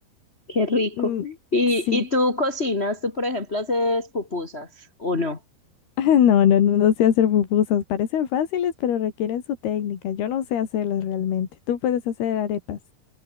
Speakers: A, on the left; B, on the left.
A: qué rico.
B: Mm,
A: ¿Y,
B: sí.
A: y tú cocinas? ¿Tú, por ejemplo, haces pupusas o no?
B: <laughs> No, no, no, no sé hacer pupusas. Parecen fáciles, pero requieren su técnica. Yo no sé hacerlas realmente. Tú puedes hacer arepas.